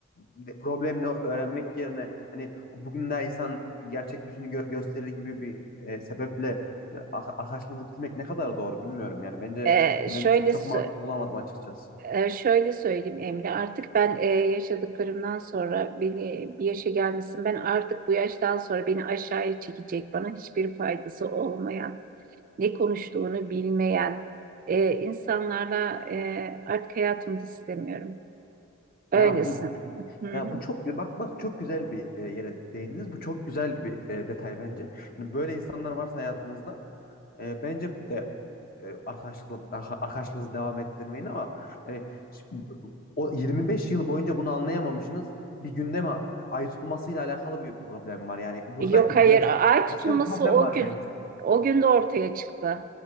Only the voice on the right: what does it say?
Ee,
şöyle
sö-
Ee, şöyle söyleyeyim Emre, artık ben e, yaşadıklarımdan sonra beni bir yaşa gelmişsin. Ben artık bu yaştan sonra beni aşağıya çekecek, bana hiçbir faydası olmayan, ne konuştuğunu bilmeyen e, insanlarla e, artık hayatımda istemiyorum. Öylesin.
Hı
hı.
Yok
hayır, ay tutulması
o
gün.
O gün de ortaya çıktı.